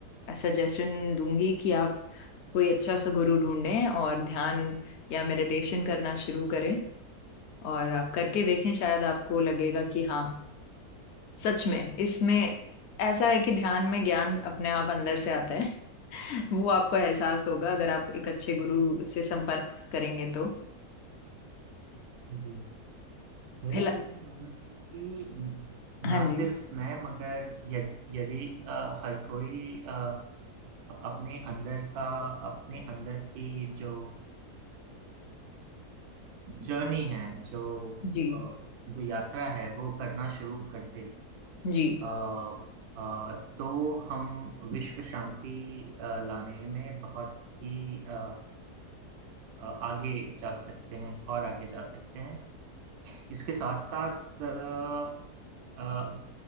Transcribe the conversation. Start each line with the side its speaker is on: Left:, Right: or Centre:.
Left: सजेशन दूंगी कि आप कोई अच्छा सा गुरु ढूंढें और ध्यान या मेडिटेशन करना शुरू करें और आप करके देखें शायद आपको लगेगा कि हाँ सच में इसमें ऐसा है कि ध्यान में ज्ञान अपने आप अंदर से आता है <laughs> वो आपको एहसास होगा अगर आप एक अच्छे गुरु से संपर्क करेंगे तो
Right: जी मेरा
Left: फिलहाल
Right: तो ऐसा मानना है कि
Left: हाँ
Right: ना
Left: जी
Right: सिर्फ मैं मगर य- यदि अ, हर कोई अ, अपने अंदर का अपने अंदर की जो जर्नी है जो
Left: जी
Right: अ, जो यात्रा है वो करना शुरू कर दे
Left: जी
Right: अ, अ, तो हम विश्व शांति अ, लाने में बहुत ही अ, अ, आगे जा सकते हैं और आगे जा सकते हैं इसके साथ साथ आ, आ,